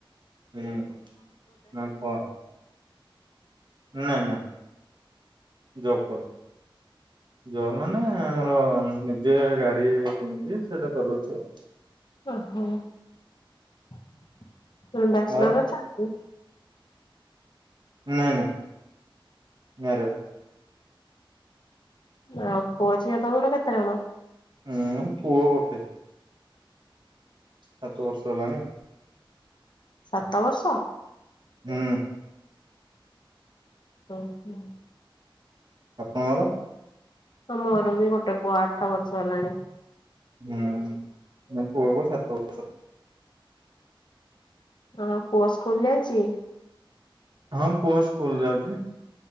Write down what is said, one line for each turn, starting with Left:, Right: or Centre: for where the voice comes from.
Right: ହୁଁ ନା କଂ ନାଇଁ ନାଇଁ ଜବ୍ କରୁଛି ଜବ୍ ମା ନେ ଆମର ନିଜେ ଆ ଗାଡି କିଣିକି ସେଟା ଚଲଉଛି ଆଉ।
Left: ଓ ହୋ ଉଁ ବ୍ୟାଚଲର୍
Right: ଆଉ
Left: ଅଛ <unintelligible>
Right: ନାଇଁ ନାଇଁ ମ୍ୟାରେଡ୍।
Left: ନାଉ ପୁଅ ଝିଅ ତମର କେତେ ଜଣ?
Right: ହୁଁ ପୁଅ ଗୋଟେ। ସାତ ବର୍ଷ ହେଲାଣି।
Left: ସାତ ବର୍ଷ?
Right: ହୁଁ।
Left: ଉଁ ହୁଁ।
Right: ଆପଣଅର?
Left: ହଁ ମୋର ବି ଗୋଟେ ପୁଅ ଆଠ ବର୍ଷ ହେଲାଣି।
Right: ହୁଁ ମୋ ପୁଅକୁ ସାତ ବ
Left: ହଁ ପୁଅ ସ୍କୁଲ୍ ଯାଉଚି?
Right: ହଁ ପୁଅ ସ୍କୁଲ ଯାଉଚି।